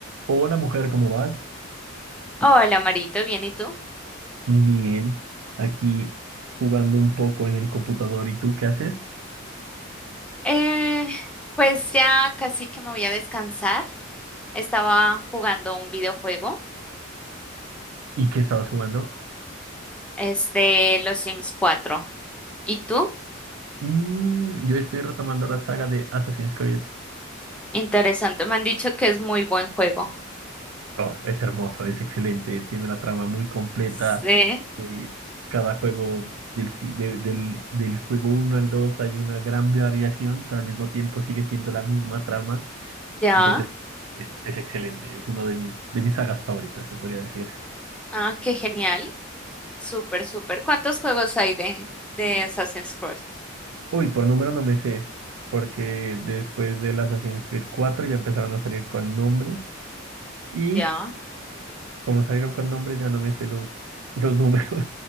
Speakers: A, on the right (about 85°); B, in the centre.
A: Hola mujer, ¿cómo vas?
B: Hola, Marito, ¿bien y tú?
A: Bien, aquí jugando un poco en el computador. ¿Y tú qué haces?
B: Eh, pues ya casi que me voy a descansar. Estaba jugando un videojuego,
A: ¿Y qué estabas jugando?
B: es de los Sims 4. ¿Y tú?
A: Mm, yo estoy retomando la saga de Assassin's Creed.
B: Interesante, me han dicho que es muy buen juego.
A: Oh, es hermoso, es excelente, tiene una trama muy completa.
B: Sí,
A: eh, cada juego, del, si, de- del, del juego uno al 2 hay una gran variación, pero al mismo tiempo sigue siendo la misma trama.
B: ya.
A: Entonces, es, es excelente, es uno de mis, de mis sagas favoritas, se podría decir.
B: Ah, qué genial. Súper, súper. ¿Cuántos juegos hay de, de Assassin's Creed?
A: Uy, por número no me sé, porque después del Assassin's Creed cuatro ya empezaron a salir con nombres y
B: Ya.
A: como salieron con nombres ya no me sé los, los números.